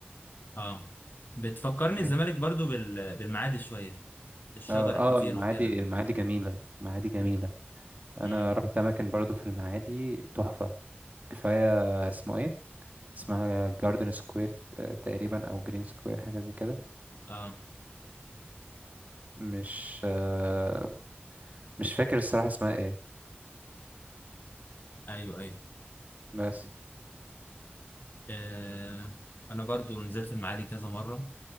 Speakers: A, on the left (about 55°); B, on the right (about 40°).
A: اه بتفكرني الزمالك
B: يعني
A: برضه بال... بالمعادي شوية في الشجر
B: اه
A: الكتير
B: اه المعادي
A: وكده
B: المعادي جميلة المعادي جميلة أنا
A: امم
B: رحت أماكن برضو في المعادي تحفة كفاية اسمه إيه اسمها جاردن سكوير تقريبا أو جرين سكوير حاجة زي كده
A: اه
B: مش آه مش فاكر الصراحة اسمها إيه
A: ايوه ايوه
B: بس
A: آه. انا برضه نزلت المعادي كذا مرة